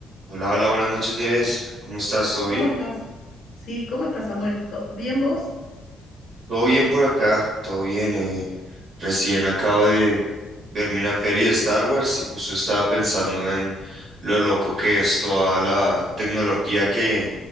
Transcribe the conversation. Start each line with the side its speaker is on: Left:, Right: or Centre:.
Right: Hola, hola, buenas noches, Nieves. ¿Cómo estás? ¿Todo bien?
Left: ¿Cómo estás? Sí, ¿cómo estás, Samuel? ¿To- ¿Bien vos?
Right: Todo bien por acá, todo bien. eh, Recién acabo de verme una peli de Star Wars y justo estaba pensando en lo loco que es toda la tecnología que,